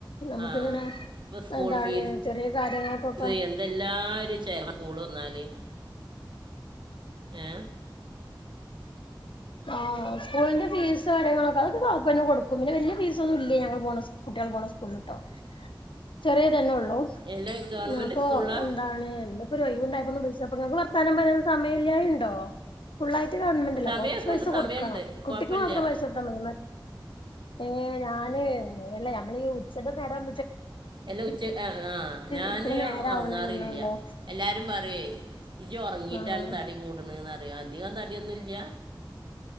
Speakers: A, on the left; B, on the right.
A: നമുക്കിങ്ങനെ
B: ആഹ ഇപ്പ സ്കൂൾ
A: എന്താണ്
B: ഫീസ്സ്
A: ചെറിയ കാര്യങ്ങൾക്കൊക്കെ
B: എന്തെല്ലാരും സ്കൂള് വന്നാല് ഏ
A: ആ സ്കൂളിന്റെ ഫീസ് കാര്യങ്ങളൊക്കെ കാക്കന്നെ കൊടുക്കും പിന്നെ വലിയ ഫീസ് ഒന്നും ഞങ്ങൾ പോ കുട്ടികൾ പോണ സ്കൂളിട്ടോ ചെറിയ തന്നെ ഉള്ളൂ ഹലോ
B: എല്ലാം ഗവൺമെൻറ്
A: ഞാനപ്പോ
B: സ്കൂളിലാ
A: എന്താണ് എന്ത് അ ഉണ്ടായിപ്പോന്ന് വിളിച്ചപ്പോ നിങ്ങക്ക് വർത്തനം പറയാൻ സമയമല്ല ഉണ്ടോ ഫുൾയിട്ട് ഗവൺമെൻ്റ് അല്ല
B: സമയമൊക്കെ
A: കുറ പൈസ
B: ഉണ്ട്
A: കൊടുക്കണം
B: സമയമുണ്ട്
A: കുട്ടിക്ക്
B: കുഴപ്പമില്ല
A: മാത്രം പൈസടുത്താൻ മതി ഏ ഞാന് അല്ലേ നമ്മള ഈ ഉച്ചത നേടാൻ
B: എല്ലാ ഉച്ചക്ക ആ ഞാന്
A: ഇരിക്കണ നേരാവണല്ലേള്ളൂ
B: ഉറങ്ങാറില്ല എല്ലാരും പറയേ ഇജു ഉറങ്ങിയിട്ടാണ്
A: ആഹ്
B: തടി കൂടണന്ന് അറിയ അധികം തടിയൊന്നുമല്ല